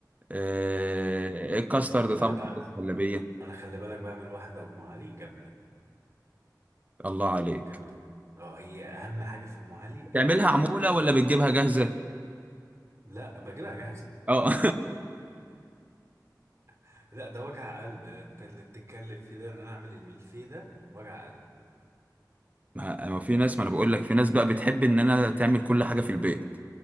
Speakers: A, on the right (about 20°); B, on the right (about 40°).
A: آه الكاسترد
B: انا
A: طبعا
B: بقى
A: المهلبيه
B: انا خلي بالك بعمل واحده ام علي جامده
A: الله عليك
B: جامده اه هي اهم حاجه في ام علي
A: تعملها
B: ان ال...
A: عموله ولا بتجيبها جاهزه
B: لا بجيبها جاهزه
A: اه
B: <laughs> لا ده وجع قلب ده اللي بتتكلم فيه ده ان انا اعمل الملفيه ده وجع قلب
A: <laughs> ما ما في ناس ما انا بقول لك في ناس بقى بتحب ان انا تعمل كل حاجه في البيت